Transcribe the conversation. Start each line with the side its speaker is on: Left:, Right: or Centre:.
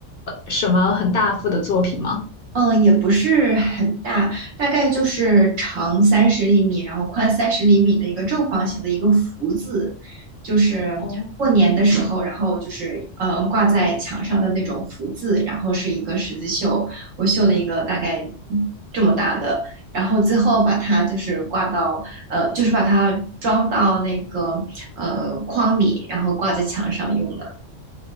Left: 什么很大幅的作品吗？
Right: 嗯，也不是很大，大概就是长三十厘米，然后宽三十厘米的一个正方形的一个福字，就是过年的时候，
Left: 哦，
Right: 然后就是呃挂在墙上的那种福字，然后是一个十字绣，我绣了一个大概这么大的，然后最后把它就是挂到呃，就是把它装到那个呃框里，然后挂在墙上用的。